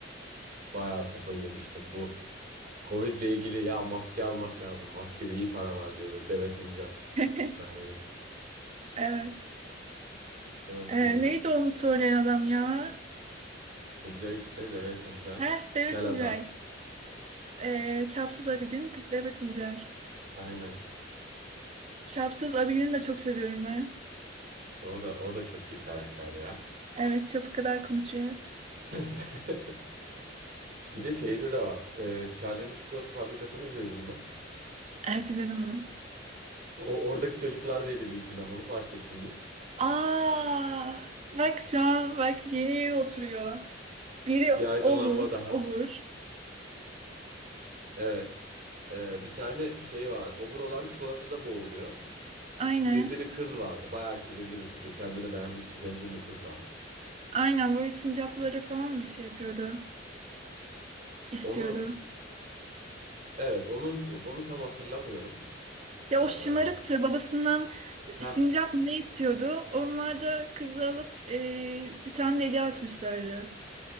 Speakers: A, on the right; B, on the right.
A: Bayağı kafayı yemiştim. Bu Covid ile ilgili ya maske almak lazım. Maskede iyi para var diyordu Deve Tuncay.
B: <laughs>
A: Bir tane de.
B: Evet.
A: Orası
B: Ee,
A: iyiydi.
B: neydi onu söyleyen adam ya?
A: Tuncay işte Deve Tuncay.
B: Heh, Devlet
A: Kel
B: Tuncay.
A: adam.
B: Ee, Çapsız Abidin, Devlet Tuncay.
A: Aynen.
B: Çapsız Abidin'i de çok seviyorum ben.
A: O da o da çok iyi karakter ya.
B: Evet, çapı kadar konuşuyor hep.
A: <laughs> Bir de şeyde de var. Ee, Charlie'nin çikolata fabrikasını izledin mi?
B: Evet, izledim onu.
A: O oradaki çocuklar da yedi büyük günah. Onu fark ettim hiç.
B: Aa, bak şu an, bak yeni yeni oturuyor. Biri
A: <laughs> Bir aydınlanma
B: obur,
A: daha.
B: obur.
A: Evet. Ee, bir tane şey var. Obur olan çikolatada boğuluyor.
B: Aynen.
A: Kibirli bir kız vardı. Bayağı kibirli bir kız. Böyle kendini beğenmiş bir zengin bir kız var.
B: Aynen böyle sincapları falan mı şey yapıyordu? İstiyordu.
A: Onu evet onun onu tam hatırlamıyorum.
B: Ya
A: ha
B: o şımarıktı. Babasından e,
A: <laughs>
B: sincap mı ne istiyordu? Onlar da kızı alıp e, bir tane deliğe atmışlardı.